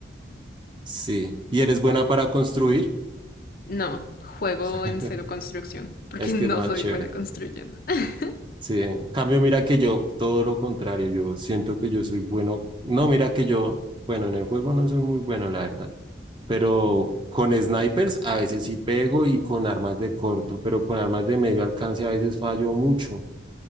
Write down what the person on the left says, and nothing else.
No, juego
en cero construcción, <laughs> porque
no
soy
buena construyendo. <laughs>